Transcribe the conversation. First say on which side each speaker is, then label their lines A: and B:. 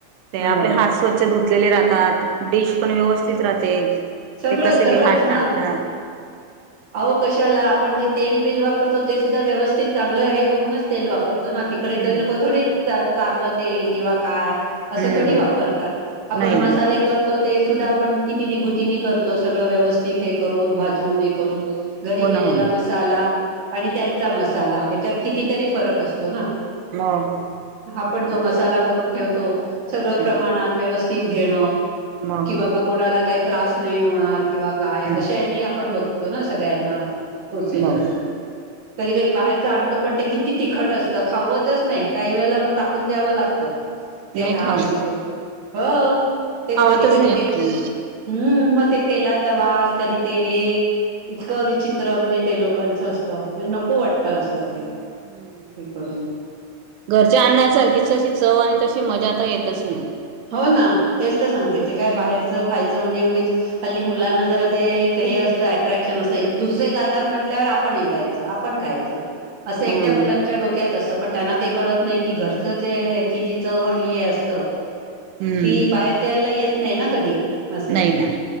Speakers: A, on the right; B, on the right.
A: ते
B: ह
A: आपले हात स्वच्छ धुतलेले राहतात डिश पण व्यवस्थित राहते
B: सगळं
A: ते कसे
B: सगळंच
A: बी हात
B: ना
A: टाकतात
B: अहो कशाला आपण जे तेल बिल वापरतो ते सुद्धा व्यवस्थित चांगलं हे बघूनच तेल वापरतो ना तिक तकडे
A: हम्म
B: तर लोक थोडी चांगलं तेल किंवा काय असं
A: हम्म
B: थोडी वापरतात आपण
A: नाही
B: मसाले
A: ना
B: कर ते सुद्धा आपण किती निघुतीनी करतो सगळं व्यवस्थित हे करून भाजून हे करून घरी
A: हो
B: केलेला
A: ना हो ना
B: मसाला आणि
A: हम्म
B: त्यांचा मसाला ह्याच्यात कितीतरी
A: हम्म
B: फरक असतो ना
A: मग
B: आपण जो
A: बर
B: मसाला करून ठेवतो सगळं
A: हम्म
B: प्रमाणात व्यवस्थित घेणं
A: मग
B: कि बाबा कोणाला काही त्रास नाही होणार किंवा काय अशानी
A: हम्म
B: आपण बघतो ना सगळ्यांना सोसेल
A: मग
B: अस कधी कधी बाहेरच आणणतो पण ते किती तिखट असतं खावतच नाही काही वेळेला मग टाकून द्यावं लागतं ते
A: नाही
B: हाय
A: खाव
B: होईकण हो तेच
A: खावातच
B: कधी कधी
A: नाही आपण
B: तेच हम्म म तेलाचा वास कधी ते हे इतकं विचित्र म्हणजे ते लोकांचं असतं म्ह नको वाटतं असं हे
A: हम्म
B: करून
A: घरच्या अण्णा सारखी तशी चव आणि तशी मजा आता येतच नाही
B: हो ना तेच तर सांगते ते काय बाहेरचं खायचं म्हणजे उगीच हल्ली मुलांना जरा ते हे असतं अट्रॅक्शन असतं दुसरे जातात म्हंटल्यावर आपणही जायचं ण खा अस
A: हम्म
B: मुलांच्या डोक्या असत पण त्यांना ते कळत नाही की घरच जे याची जी चव आणि हे असत
A: हम्म
B: ती बाहेर जायला येत नाही ना कधी असं
A: नाही ना